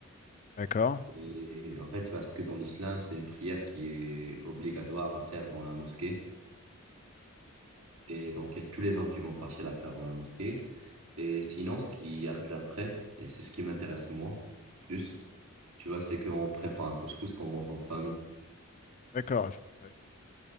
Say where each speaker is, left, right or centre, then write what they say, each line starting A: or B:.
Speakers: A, on the left; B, on the right.
A: D'accord,
B: Et en fait, parce que dans l'islam, c'est une prière qui est obligatoire à faire dans la mosquée. Et donc, il y a tous les hommes qui vont partir la faire dans la mosquée. Et sinon, ce qui arrive après, et c'est ce qui m'intéresse moi plus, tu vois, c'est qu'on prépare un couscous qu'on mange en famille.
A: d'accord, ah, c'est intéressant.